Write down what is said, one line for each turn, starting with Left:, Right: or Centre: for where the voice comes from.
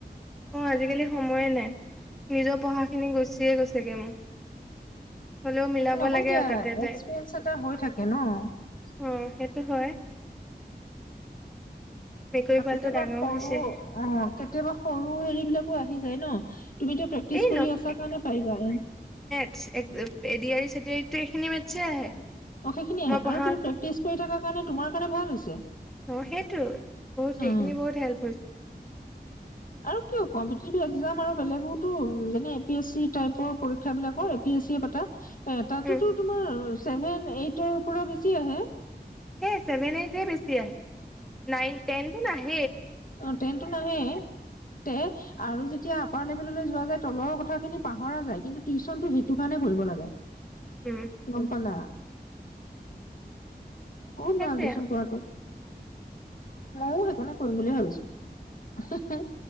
Centre: অঁ আজিকালি সময়ে নাই নিজৰ পঢ়াখিনি গুচিয়ে গৈছেগে মোৰ হ'লেও মিলাব
Left: নহয়
Centre: লাগে
Left: দিয়া
Centre: আৰু
Left: এক্সপিৰিয়েঞ্চ
Centre: তাতে তাই
Left: এটা হৈ থাকে ন
Centre: অ সেইটো হয় মেকুৰী পোৱালিটো
Left: কেতিয়াবা
Centre: ডাঙৰ
Left: সৰু
Centre: হৈছে
Left: অঁ কেতিয়াবা সৰু হেৰি বিলাকো আছে আহি যায় ন তুমি এতিয়া প্ৰেক্টিচ
Centre: এই
Left: কৰি আছা কাৰণে পাৰিবা
Centre: এক এডিয়াৰী চেডিয়াৰীতটো এইখিনি মেথচে আহে
Left: অ সেইখিনি আহে
Centre: মই পঢ়া
Left: আৰু তুমি প্ৰেক্টিচ কৰি থকা কাৰণ তোমাৰ কাৰণ ভাল হৈছে
Centre: অ সেইটো বহুত এইখিনি
Left: অ
Centre: বহুত হেল্প হৈছে
Left: আৰু কিয় কম্পিটিিভ এক্জাম আৰু বেলেগ বহুতো যেনে এ পি এছ চি টাইপৰ পৰীক্ষা বিাকৰ এ পি এছ চি পাতা এ তাতোতো
Centre: উম
Left: তোমাৰ ছেভেন এইটৰ পৰা বেছি আহে
Centre: সেই চেভেনাইটে বেছি আহ নাইন েনন আহ
Left: অ টনটো নাহে তে আৰু যেতিয়া আপাৰ লেভেললৈ োৱা যে তলৰ কথা খিনি পাহৰা যায় কিন্তু টিউশচনতটো সেইটো কাৰণে ঘৰিব লাগে
Centre: উম।
Left: গৰ পালা কৰ
Centre: সেইটোৱে
Left: নাল দেছোন
Centre: আৰু
Left: কটো ময়ও সেইকাৰণে কৰিম বুলিয়ে ভাবিছো